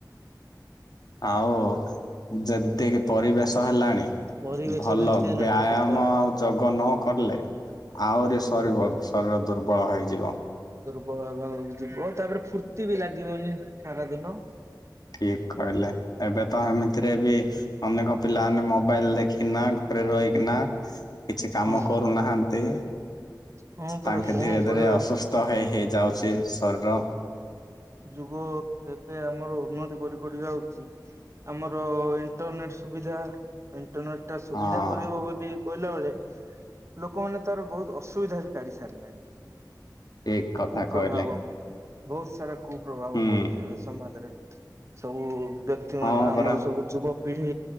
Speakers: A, on the left (about 60°); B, on the right (about 40°).
A: ଆଉ ଯେମତିକି ପରିବେଶ ହେଲାଣି
B: ପରିବେଶ
A: ଭଲ
B: ଯେମିତି ହେଲାଣି
A: ବ୍ୟାୟାମ
B: ସବୁଆଡେ
A: ଆଉ ଯୋଗ ନ କଲେ ଆହୁରି ଶରୀବ
B: ହୁଁ
A: ଶରୀର ଦୁର୍ବଳ ହେଇଯିବ।
B: ବ ଲ ଯିବ ତାପରେ ଫୁର୍ତ୍ତି ବି ଲାଗିବନି। ସାରା ଦିନ
A: ଠିକ କହିଲେ। ଏବେ ତ ଏମିତିରେ ବି ଅନେକ ପିଲାମାନେ ମୋବାଇଲ ଦେଖି କିନା ଘରେ ରହିକିନା କିଛି କାମ
B: ହଁ
A: କରୁନାହାଁନ୍ତି
B: ହଁ ପରା
A: ତାଙ୍କେ
B: କଣ
A: ଧୀରେ
B: କରିବା
A: ଧୀରେ ଅସୁସ୍ଥ ହେଇ ହେଇଯାଉଛି ଶରୀର।
B: ଯୁଗ ଯେତେ ଆମର ଉନ୍ନତି କରି କରି ଯାଉଛି, ଆମର ଇଣ୍ଟରନେଟ ସୁବିଧା, ଇଣ୍ଟରନେଟ ଟା ସୁବିଧା
A: ହଁ।
B: କରିବ ବୋଲି କହିଲା ବେଳେ, ଲୋକମାନେ ତାର ବହୁତ ଅସୁବିଧା ବି କାଢି ସାରିଲେଣି।
A: ଠିକ କଥା
B: କୁପ୍ରଭାବ
A: କହିଲେ।
B: ବହୁତ ସାରା କୁପ୍ରଭାବ
A: ହୁଁ
B: ପଡୁଛି ଏବେ ସମାଜରେ ସବୁ ବ୍ୟକ୍ତିମାନେ
A: ହଁ
B: ଆମର
A: ପରା
B: ସବୁ ଯୁବକ ପିଢି